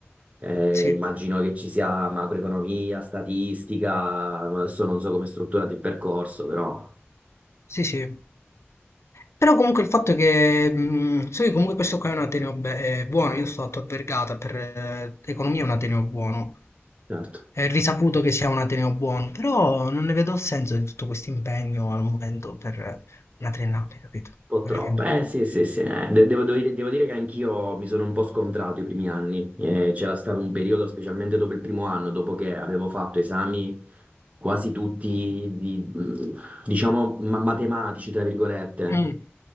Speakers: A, on the right; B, on the left.
A: Eh,
B: Sì,
A: immagino che ci sia macroeconomia, statistica, adesso non so come è strutturato il percorso, però
B: sì, sì. Però comunque il fatto è che... mh, so che comunque questo qua è un ateneo be- eh, buono, io sto stato a Vergata, per eh, economia è un ateneo buono.
A: certo, un
B: È risaputo che sia un ateneo buono, però non ne vedo il senso di tutto questo impegno al momento per una triennale, capito?
A: po'
B: Magari
A: troppo.
B: è un
A: Eh
B: po'...
A: sì, sì, sì, eh. De- devo, devo dire devo dire che anch'io mi sono un po' scontrato i primi anni. Eh, c'era stato un periodo, specialmente dopo il primo anno, dopo che avevo fatto esami quasi tutti di- diciamo, ma- matematici, tra virgolette.
B: Mm.